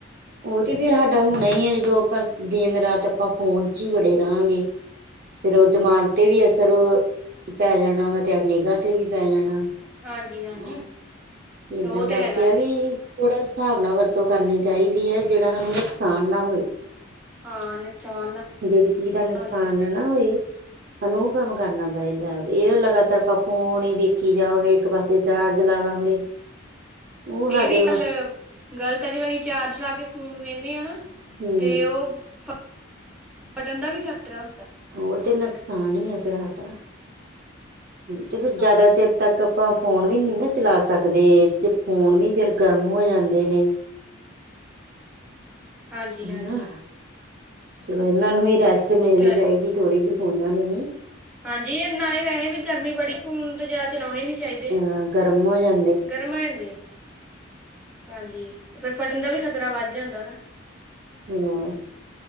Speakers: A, on the right; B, in the centre.
A: ਓਹ ਤੇ ਫੇਰ ਸਾਡਾ ਹੋਣਾ ਹੀ ਐ ਜਦੋਂ ਅਪਾਂ ਸ ਦਿਨ-ਰਾਤ ਅਪਾਂ ਫੋਨ ਚੀ ਵੜੇ ਰਾਂਗੇ। ਫਿਰ ਓਹ ਦਿਮਾਗ ਤੇ ਵੀ ਅਸਰ ਅ ਪੈ ਜਾਣਾ ਵਾ ਤੇ ਆ ਨਿਗਾ ਤੇ ਵੀ ਪੈ ਜਾਣਾ। ਹੈਨਾ,
B: ਹਾਂਜੀ-ਹਾਂਜੀ,
A: ਏਦਾਂ
B: ਉਹ
A: ਕਰਕੇ
B: ਤੇ ਹੈਗਾ
A: ਆ
B: ਹੈ।
A: ਵੀ ਥੋੜ੍ਹਾ ਹਿਸਾਬ ਨਾਲ ਵਰਤੋਂ ਕਰਨੀ ਚਾਈਦੀ ਏ ਜੇੜਾ ਸਾਨੂੰ ਨੁਕਸਾਨ ਨਾ ਹੋਏ।
B: ਹਾਂ, ਨੁਕਸਾਨ ਨਾ
A: ਜੇੜੀ ਚੀਜ਼ ਦਾ ਨੁਕਸਾਨ
B: ਹੋਏ ਜਿਹੜਾ।
A: ਨ ਨਾ ਹੋਏ। ਸੈਨੂੰ ਓਹ ਕੰਮ ਕਰਨਾ ਚਾਈਦੈ ਏ ਲਗਾਤਾਰ ਆਪਾਂ ਫੋਨ ਹੀ ਵੇਖੀ ਜਾਵਾਂਗੇ। ਇੱਕ ਪਾਸੇ ਚਾਰਜ ਲਾ ਲਾਂਗੇ। ਉਹ ਸਾਡੇ
B: ਏਵੀ ਗਲ ਗ਼ਲਤ ਐ ਜੇ ਅਹੀਂ ਚਾਰਜ ਲਾ ਕੇ ਫੋਨ ਵੇਹਨੇ ਆ ਨਾ।
A: ਹਮ
B: ਤੇ ਓ ਫ ਫਟਣ ਦਾ ਵੀ ਖਤਰਾ
A: ੳ ਤੇ ਨੁਕਸਾਨ ਈ ਐ ਫੇਰ ਸਾਡਾ, ਤੇ ਫਿਰ
B: ਹਾਂਜੀ।
A: ਜੈਦਾ ਚਿਰ ਤੱਕ ਆਪਾਂ ਫੋਨ ਵੀ ਨੀ ਨਾ ਚਲਾ ਸਕਦੇ, ਜੇ ਫੋਨ ਵੀ ਫਿਰ ਗਰਮ ਹੋ ਜਾਂਦੇ ਨੇ।
B: ਹਾਂਜੀ-ਹਾਂਜੀ,
A: ਇਨਾਂ, ਚਲੋ ਇਨਾਂ ਨੂੰ ਵੀ ਰੈਸਟ ਮਿਲ ਈ
B: ਹਾਂਜੀ
A: ਜਾਏਗੀ ਥੋੜ੍ਹੀ ਜੀ ਉਨਾ ਨੂੰ ਵੀ।
B: ਹਾਂਜੀ, ਏ ਨਵੇ ਵਿਆਏ ਹੇ ਵੀ ਗਰਮੀ ਬੜੀ ਫੋਨ ਤੇ ਜੈਦਾ ਚਲੋਣੇ ਨੀ ਚਾਈਦੇ।
A: ਅਹ ਗਰਮ ਹੋ ਜਾਂ
B: ਗਰਮ ਹੋ ਜਾਂਦੇ ਏ ਹਾਂਜੀ, ਓ ਫੇਰ ਫਟਣ ਦਾ ਵੀ ਖ਼ਤਰਾ ਵੱਧ ਜਾਂਦਾ ਨਾ।
A: ਹੂੰ,